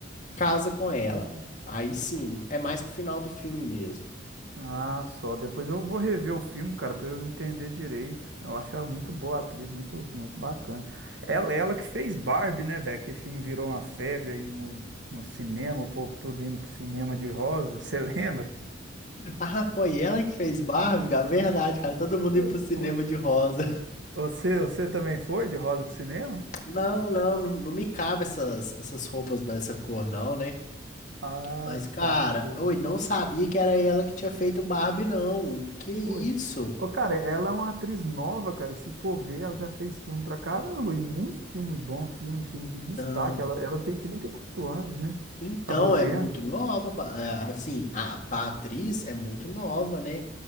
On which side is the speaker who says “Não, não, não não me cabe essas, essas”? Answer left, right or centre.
Left